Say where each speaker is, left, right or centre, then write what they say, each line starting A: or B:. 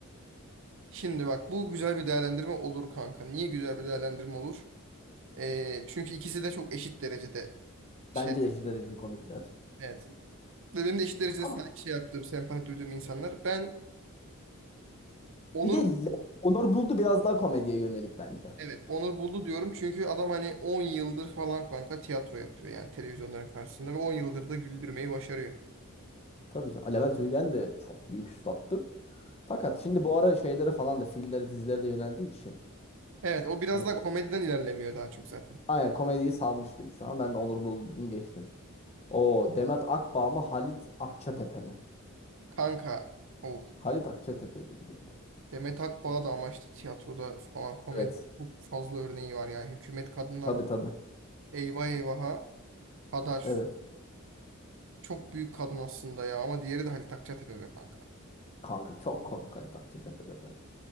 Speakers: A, on the right; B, on the left.
A: Şimdi bak bu güzel bir değerlendirme olur kanka. Niye güzel bir değerlendirme olur? Ee, çünkü ikisi de çok eşit derecede
B: Bence
A: şey.
B: de eşit dereceli komikler.
A: Evet. Ve Benim de eşit derecede
B: Ama
A: sen- şey yaptığım, sempati duyduğum insanlar. Ben Onur
B: bir de Le- Onur Buldu biraz daha komediye yönelik bence.
A: Evet Onur buldu diyorum çünkü adam hani 10 yıldır falan kanka tiyatro yapıyor yani televizyonların karşısında ve 10 yıldır da güldürmeyi başarıyor.
B: Tabii ki Levent Ülgen de çok büyük üstattır. Fakat şimdi bu ara şeylere falan da filmlere dizilere de yöneldiği için.
A: Evet o biraz
B: Hani
A: daha komediden ilerlemiyor daha çok zaten.
B: aynen komediyi salmış gibi şu an. Ben de Onur Buldu dedim geçtim. O Demet Akbağ mı Halit Akçatepe mi?
A: Kanka oh
B: Halit Akçatepe'dir gibi.
A: Demet Akbağ da ama işte tiyatroda falan komedi
B: Evet.
A: çok fazla örneği var yani hükümet kadından
B: Tabii tabii.
A: eyvah eyvaha kadar
B: Evet.
A: çok büyük kadın aslında ya ama diğeri de Halit Akçatepe be kanka.
B: Kanka çok komik Halit Akçatepe'dir. be.